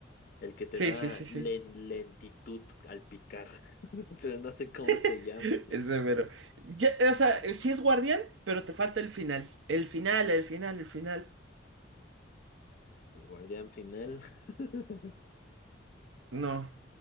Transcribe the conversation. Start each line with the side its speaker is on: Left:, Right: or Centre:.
Left: el que te
Right: Sí,
Left: da
Right: sí, sí, sí.
Left: len- lentitud al picar, <laughs> pero no sé cómo se
Right: <laughs>
Left: llama.
Right: Es severo. Ya, o sea, eh, sí es guardián, pero te falta el final. El final, el final, el final.
Left: El guardián final. <laughs>
Right: No.